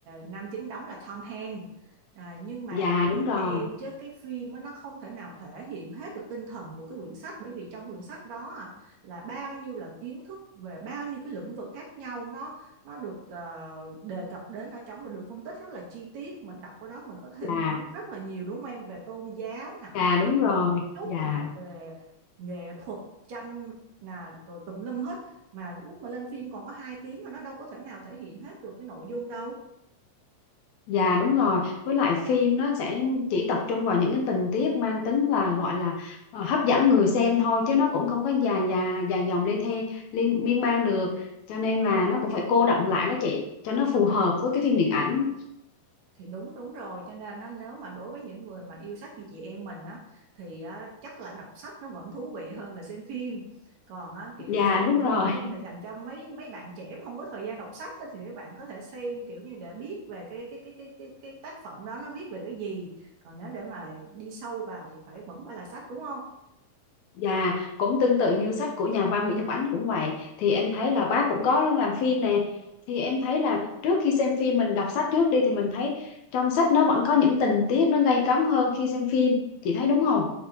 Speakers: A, on the right (about 65°); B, on the left (about 70°).
A: nam chính đóng là Tom Hanks à, nhưng mà
B: dạ
A: nói
B: đúng
A: thiệt
B: rồi
A: với em chứ cái phim á, nó không thể nào thể hiện hết được tinh thần của cái quyển sách bởi vì trong quyển sách đó à, là bao nhiêu là kiến thức về bao nhiêu cái lĩnh vực khác nhau nó nó được ờ, đề cập đến ở trong và được phân tích rất là chi tiết mình đọc ở đó mình có thêm
B: dạ
A: hiểu biết rất là nhiều đúng không em về tôn giáo nè
B: dạ đúng rồi
A: chút
B: dạ
A: là về nghệ thuật tranh là rồi tùm lum hết mà lúc mà lên phim còn có hai tiếng mà nó đâu có thể nào thể hiện hết được cái nội dung đâu
B: Dạ đúng rồi, với lại phim nó sẽ chỉ tập trung vào những cái tình tiết mang tính là gọi là ờ, hấp dẫn người xem thôi chứ nó cũng không có dài dài dài dòng lê thê liên miên man được. Cho nên là nó cũng phải cô đọng lại đó chị cho nó phù hợp với cái phim điện ảnh.
A: thì đúng đúng rồi cho nên á, nếu mà đối với những người mà yêu sách như chị em mình á thì á, chắc là đọc sách nó vẫn thú vị hơn là xem phim còn á, kiểu
B: Dạ
A: xem
B: đúng rồi.
A: xem phim là dành cho mấy mấy bạn trẻ mà không có thời gian đọc sách á, thì mấy bạn có thể xem kiểu như để biết về cái cái cái cái cái, cái tác phẩm đó nó viết về cái gì còn nếu để mà đi sâu vào thì phải vẫn phải là sách đúng không
B: Dạ cũng tương tự như sách của nhà văn Nguyễn Nhật Ánh cũng vậy thì em thấy là bác cũng có làm phim nè. Thì em thấy là trước khi xem phim mình đọc sách trước đi thì mình thấy trong sách nó vẫn có những tình tiết nó gay cấn hơn khi xem phim. Chị thấy đúng không?